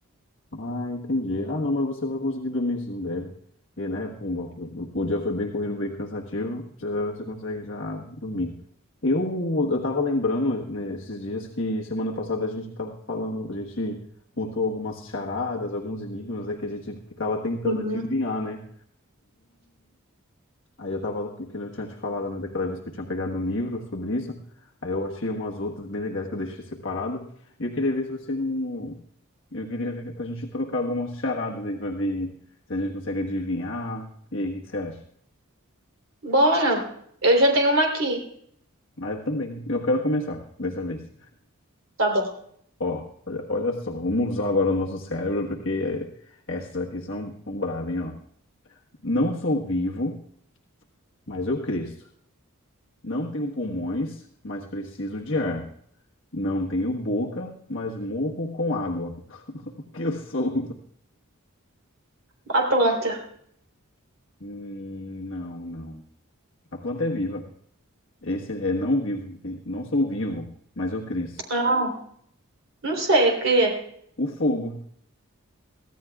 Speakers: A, on the left; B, on the right.
A: Ah, entendi. Ah, não, mas você vai conseguir dormir se não deve. Porque, né, pum, o o dia foi bem corrido, bem cansativo, já você consegue já dormir. Eu, eu tava lembrando, né, esses dias que semana passada a gente tava falando, a gente montou algumas charadas, alguns enigmas, né, que a gente ficava tentando
B: Uhum.
A: adivinhar, né? Aí eu tava, que eu tinha te falado, né, daquela vez que eu tinha pegado um livro sobre isso. Aí eu achei umas outras bem legais que eu deixei separado. E eu queria ver se você não. Eu queria ver pra gente trocar algumas charadas aí pra ver se a gente consegue adivinhar. E aí, o que que você acha?
B: Bora! Eu já tenho uma aqui.
A: Mas eu também, eu quero começar dessa vez.
B: Tá bom.
A: Ó, olha, olha só, vamos usar agora o nosso cérebro, porque essas aqui são, são bravas, hein, ó. Não sou vivo, mas eu cresço. Não tenho pulmões, mas preciso de ar. Não tenho boca, mas morro com água. <laughs> O que eu sou?
B: a planta.
A: Hum, não, não. A planta é viva. Esse é não vivo. Não sou vivo, mas eu cresço.
B: Ah, não sei o que é.
A: O fogo.